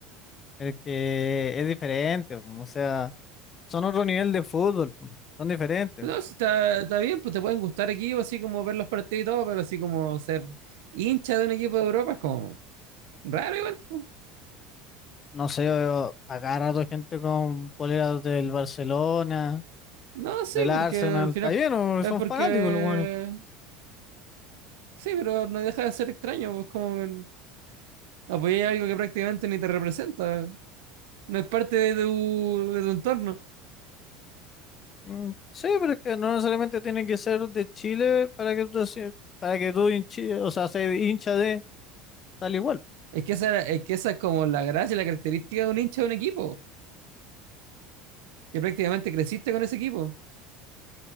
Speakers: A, on the left; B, on the right.
A: El que es diferente, po, o sea, son otro nivel de fútbol, po, son diferentes.
B: No, si está, está bien, pues te pueden gustar equipos, así como ver los partidos y todo, pero así como ser hincha de un equipo de Europa es como raro igual. pues.
A: No sé, yo acá gente con poleras del Barcelona,
B: No, sí,
A: del Arsenal,
B: porque al
A: está
B: final
A: bien, o
B: es
A: son
B: porque
A: fanáticos los buenos.
B: sí, pero no deja de ser extraño, pues como que apoyar algo que prácticamente ni te representa, no es parte de tu, de tu entorno.
A: Mm, Sí, pero es que no necesariamente tiene que ser de Chile para que tú, se- para que tú hinchi- o sea, seas hincha de tal igual.
B: Es que esa, es que esa es como la gracia y la característica de un hincha de un equipo, que prácticamente creciste con ese equipo.